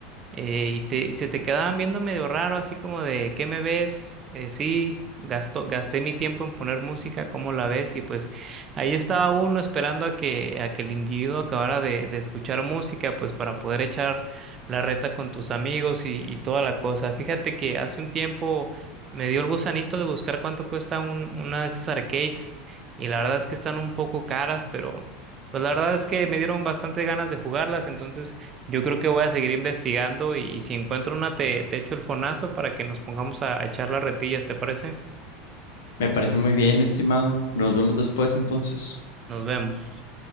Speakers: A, on the right; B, on the left.
A: Eh, y, te, y se te quedaban viendo medio raro, así como de, ¿qué me ves? Eh, sí, gasto, gasté mi tiempo en poner música, ¿cómo la ves? Y pues ahí estaba uno esperando a que, a que el individuo acabara de, de escuchar música, pues para poder echar la reta con tus amigos y, y toda la cosa. Fíjate que hace un tiempo me dio el gusanito de buscar cuánto cuesta un, una de estas arcades y la verdad es que están un poco caras, pero pues la verdad es que me dieron bastante ganas de jugarlas, entonces... Yo creo que voy a seguir investigando y, y si encuentro una te, te echo el fonazo para que nos pongamos a a echar las retillas, ¿te parece?
B: Me parece muy bien, mi estimado. Nos vemos después entonces.
A: Nos vemos.